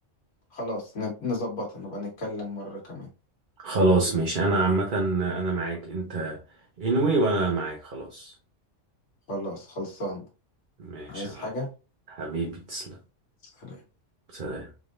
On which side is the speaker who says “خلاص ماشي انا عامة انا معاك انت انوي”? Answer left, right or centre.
Right